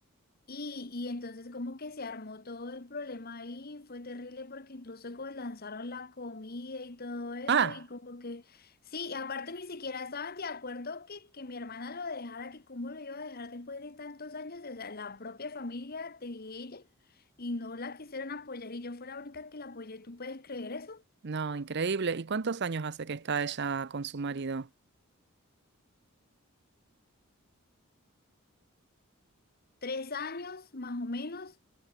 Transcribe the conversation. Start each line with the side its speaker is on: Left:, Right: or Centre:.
Left: Y, y entonces como que se armó todo el problema ahí, fue terrible porque incluso como lanzaron la comida y todo eso
Right: Ah.
Left: y como que, sí, y aparte ni siquiera estaban de acuerdo que, que mi hermana lo dejara, que cómo lo iba a dejar después de tantos años, o sea, la propia familia de ella y no la quisieron apoyar y yo fui la única que la apoyé, ¿tú puedes creer eso?
Right: No, increíble. ¿Y cuántos años hace que está ella con su marido?
Left: Tres años más o menos.